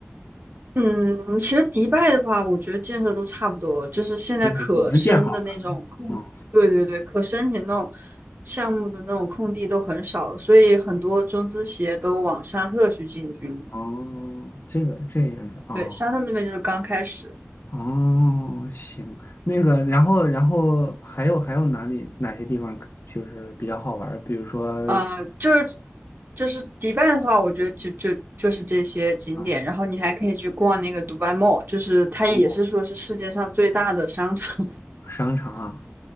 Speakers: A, on the right (about 45°); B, on the left (about 60°).
A: 嗯，其实迪拜的话，我觉得建设都差不多了，就是现在可申的那种，
B: 就是已经建好了。
A: 空，
B: 嗯，
A: 对对对，可申请那种项目的那种空地都很少了，所以很多中资企业都往沙特去进军了。
B: 哦，这个这样的哦
A: 对，沙特那边就是刚开始，
B: 哦，行，那个，然后然后还有还有哪里哪些地方就是比较好玩儿？比如说
A: 呃，就是就是迪拜的话，我觉得就就就是这些景点，
B: 啊，嗯
A: 然后你还可以去逛那个迪拜 Mall，就是它也是说是世界上最大的商场。
B: 文物
A: <laughs>
B: 商场啊。